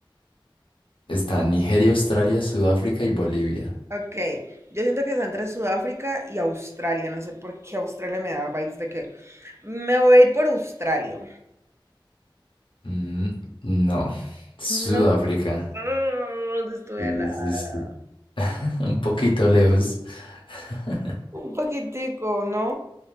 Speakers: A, on the left; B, on the right.
A: Está Nigeria, Australia, Sudáfrica y Bolivia.
B: Ok, yo siento que está entre Sudáfrica y Australia. No sé por qué Australia me da vibes de que me voy a ir por Australia.
A: Mm, no, Sudáfrica.
B: No. Ah, no estudia
A: Sí,
B: nada.
A: sí, sí. <laughs> Un poquito lejos. <laughs>
B: Un paquetico, ¿no?